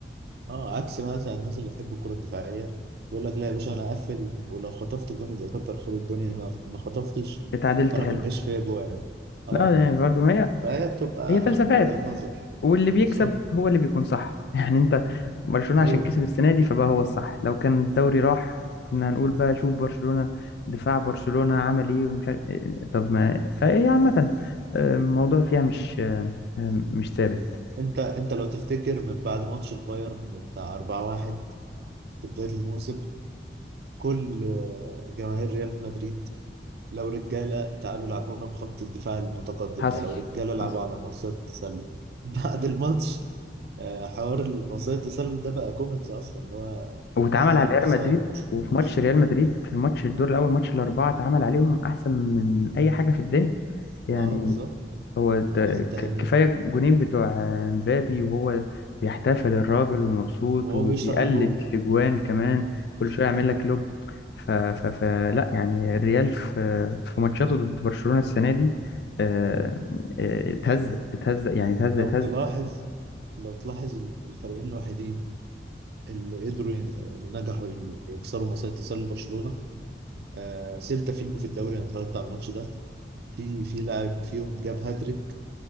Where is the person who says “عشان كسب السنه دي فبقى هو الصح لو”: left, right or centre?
Left